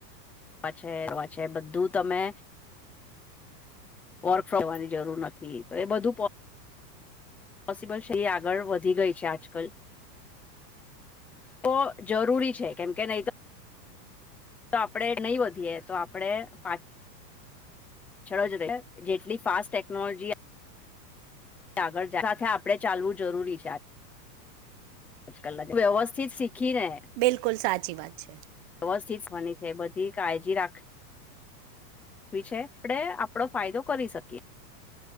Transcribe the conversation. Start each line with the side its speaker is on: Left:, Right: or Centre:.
Centre: છે છે બધું તમે. વર્ક ફવાની જરૂર નથી તો એ બધું. પોસિબલ છે એ આગળ વધી ગઈ છે. આજકાલ તો જરૂરી છે કેમ કે નહી તો તો આપડે નહી વધીએ તો આપડે પાચ ચડજ જેટલી ફાસ્ટ ટેકનોલોજી. આગળ સાથે આપણે ચાલવું જરૂરી છે. આજકાલાગે વ્યવસ્થિત શીખીને
Right: બિલકુલ સાચી વાત છે
Centre: બસ ઠીવાની છે બધીાળજી રાખ. છે આપણેે આપડો ફાયદો કરી શકીએ.